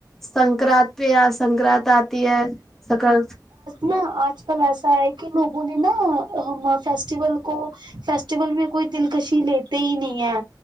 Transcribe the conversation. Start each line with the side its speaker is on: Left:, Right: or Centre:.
Centre: سنکرات پ سنکرانت آتی ہے سکر
Right: نہ آج کل ایسا ہے کہ لوگوں نے نا ہم فیسٹیول کو فیسٹیول میں کوئی دلکشی لیتے ہی نہیں ہے